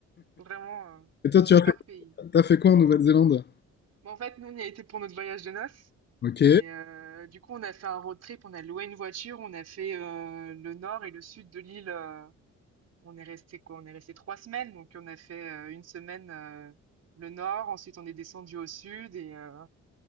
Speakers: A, on the right (about 55°); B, on the left (about 35°).
A: vraiment euh,
B: Et toi,
A: super
B: tu as fait,
A: pays.
B: t'as fait quoi en Nouvelle-Zélande?
A: Bon, en fait, nous, on y a été pour notre voyage de noces.
B: Ok.
A: Et euh, du coup, on a fait un road trip, on a loué une voiture, on a fait euh, le nord et le sud de l'île. euh, on est resté quoi? On est resté trois semaines, donc on a fait euh, une semaine euh, le nord, ensuite on est descendu au sud et, euh,